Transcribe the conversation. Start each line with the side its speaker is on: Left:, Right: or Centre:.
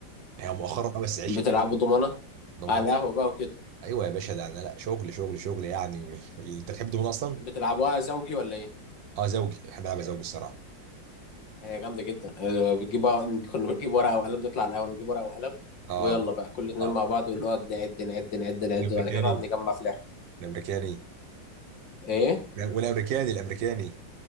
Right: هي مؤخرا قوي بس عيش
Left: بتلعبوا ضمانه
Right: الضمنه
Left: على القهوه بقى وكده
Right: ايوه يا باشا ده انا لا شغل شغل شغل يعني و... انت بتحب الضمنه اصلا؟
Left: بتلعبوها زوجي ولا ايه
Right: اه زوجي بحب العب زوجي الصراحه
Left: هي جامدة جدا آه، بتجيب ورق- كنا بنجيب ورقة وقلم نطلع الأول نجيب ورقة وقلم
Right: اه
Left: ويلا بقى كل اتنين
Right: اه
Left: مع بعض ونقعد نعد نعد نعد نعد
Right: الامريكاني
Left: وبعد كده نقعد نجمع في الآخر
Right: الامريكاني
Left: إيه؟
Right: والامريكاني الامريكاني